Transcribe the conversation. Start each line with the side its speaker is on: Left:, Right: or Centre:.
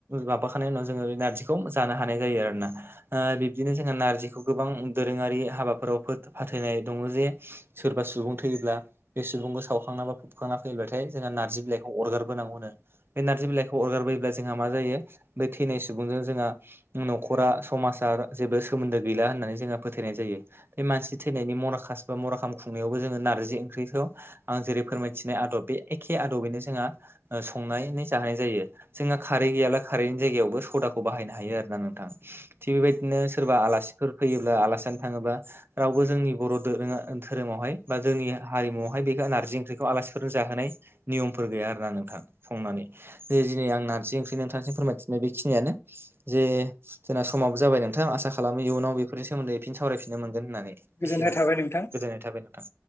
Right: माबाखानाय उनाव जोङो बे नारजिखौ जानो हानाय जायो आरोना। ओ बिबदिनो जोंहा नारजिखौ गोबां दोरोङारि हाबाफोराव फाथायनाय दङ जे सोरबा सुबुङा सुबुं थैयोब्ला बे सुबुंखौ सावखांना बा फुबखांना फैयोब्लाथाय जोंहा नारजि बिलाइखौ अरगारबोनांगौनो। बे नारजि बिलाइ खौ अरगारबोयोब्ला जोंहा मा जायो बै थैनाय सुबुंजों जोंहा न'खरा समाज जेबो सोमोन्दो गैलाया होननानै जोंहा फोथायनाय जायो बे मानसि थैनायनि मराखास बा मरा खाम खुंनायावबो जोङो नारजि ओंख्रिखौ आं जेरै फोरमायथिनाय आदब बे एखे आदबैनो जोंहा ओ संनाय जहोनाय जायो। जोंहा खारै गैयाब्ला खारैनि जायगायावबो सदाखौ बाहायनो हायो आरोना नोंथां। थिग बेबायदिनो सोरबा आलासिफोर फैयोब्ला आलासियानो थाङोबा रावबो जोंनि बर' दोरोङा धोरोमावहाय बा जोंनि हारिमुावहाय बे नारजि ओंख्रिखौ आलासिफोरनो जाहोनाय नियमफोर गैया आरोना नोंथां संनानै। दिनै आं नारजि ओंख्रि नोंथांसिम फोरमायथिननाय बेखिनियानो जे जों समाबो जाबाय नोंथां आसा खालामो इयुनाव बेफोरनि सोमोन्दै एफिन सावरायफिननो मोनगोन होननानै
Left: गोजोननाय
Right: एसेनोसै।
Left: थाबाय नोंथां
Right: गोजोननाय थाबाय नोंथां।